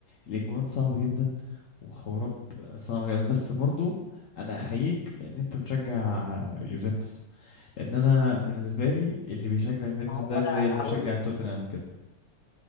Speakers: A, on the left; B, on the left.
A: الاجوان صعبة جدا وحوارات صعبة جدا بس برضو انا احييك لان انت بتشجع يوفنتوس لان انا بالنسبة لي اللي بيشجع يوفنتوس
B: ما هو
A: ده
B: انا
A: زي اللي بيشجع
B: هقول
A: توتنهام كده